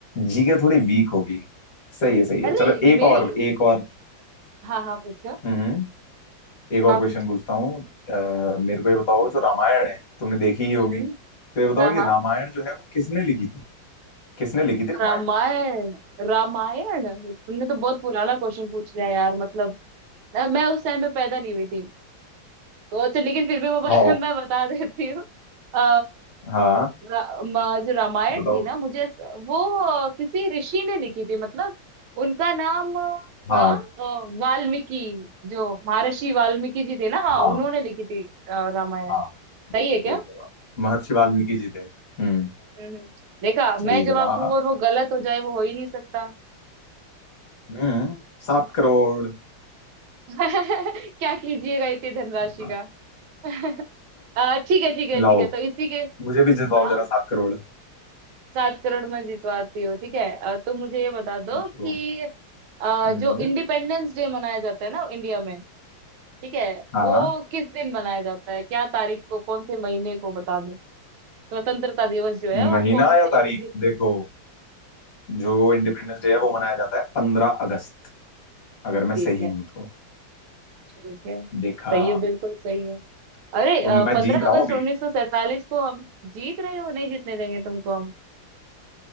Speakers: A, on the left; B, on the right.
A: जीके थोड़ी वीक होगी सही है सही है
B: अरे
A: चलो
B: मेरी
A: एक और एक और
B: हाँ हाँ पूछो
A: हम्म एक और
B: हाँ
A: क्वेश्चन
B: पूछो
A: पूछता हूँ अ, मेरे को ये बताओ जो रामायण है तुमने देखी ही होगी
B: हम्म,
A: तो ये बताओ
B: हाँ
A: कि
B: हाँ
A: रामायण जो है वो किसने लिखी थी किसने लिखी थी रामायण
B: रामायण रामायण तुमने तो बहुत पुराना क्वेश्चन पूछ लिया यार मतलब अ, मैं उस टाइम पे पैदा नहीं हुई थी तो अच्छा लेकिन फिर भी मैं बता-
A: हाँ
B: <laughs> मैं बता देती हूँ अ,
A: हाँ
B: रा, म- जो रामायण
A: बताओ
B: थी ना मुझे ऐस- वो अ, किसी ऋषि ने लिखी थी मतलब उनका नाम अ, था
A: हाँ
B: अ, वाल्मीकि जो महर्षि वाल्मीकि जी थे ना हाँ
A: हाँ
B: उन्होंने लिखी थी अ, रामायण
A: हाँ बिल्कुल
B: सही है क्या
A: सही जवाब महर्षि वाल्मीकि जी थे हम्म
B: हम्म देखा
A: सही
B: मैं
A: जवाब
B: जवाब दूं और वो गलत हो जाए वो हो ही नहीं सकता <laughs>
A: हम्म सात करोड़
B: क्या कीजिएगा इतनी धनराशि
A: <laughs>
B: का <laughs> अ, ठीक है ठीक है ठीक
A: लाओ
B: है तो इसी के
A: मुझे भी जिताओ
B: हाँ
A: जरा सात करोड़
B: सात करोड़ में जितवाती हूँ ठीक है अ, तो मुझे ये बता दो
A: पूछो
B: कि अ,
A: हम्म
B: जो इंडिपेंडेंस डे मनाया जाता है ना इंडिया में ठीक है
A: हाँ
B: वो किस दिन मनाया जाता है क्या तारीख को कौन से महीने को बता दो स्वतंत्रता दिवस जो है
A: महीना
B: वो कौन से
A: या तारीख
B: दिन
A: देखो जो इंडिपेंडेंस डे है वो मनाया जाता है पंद्रह अगस्त अगर मैं
B: ठीक
A: सही
B: है
A: हूं तो
B: ठीक है
A: देखा
B: सही है बिल्कुल सही है अरे
A: तो मैं
B: पंद्रह
A: जीत रहा
B: अगस्त
A: हूँ अभी
B: उन्नीस सौ सैतालीस को हम जीत रहे हो नहीं जीतने देंगे तुमको हम